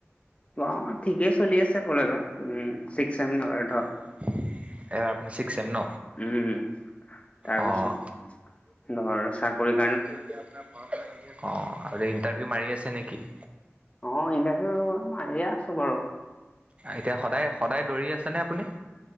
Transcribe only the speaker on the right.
এবাৰ আপুনি ছিক্স চেম ন?
অ',
বাকী আপোনাৰ ভৰষাতে নেকি অ ইন্টাৰভিউ মাৰি আছে নেকি
এতিয়া সদায় সদায় দৌৰি আছেনে আপুনি?